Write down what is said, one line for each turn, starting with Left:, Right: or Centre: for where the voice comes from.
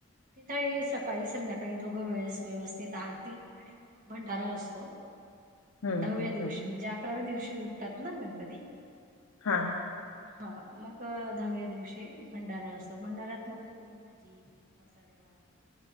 Right: तिथ ही सकाळी संध्याकाळी दोघ वेळेस व्यवस्थित आरती मग भंडारा असतो,
Left: हम्म
Right: दहाव्या
Left: हम्म हम्म
Right: दिवशी
Left: हम्म.
Right: म्हणजे अकराव्या दिवशी उठतात ना गणपती.
Left: हा.
Right: हा मग दहाव्या दिवशी भंडारा असतो भंडऱ्याात मग पुरी भाजी मसालेले भात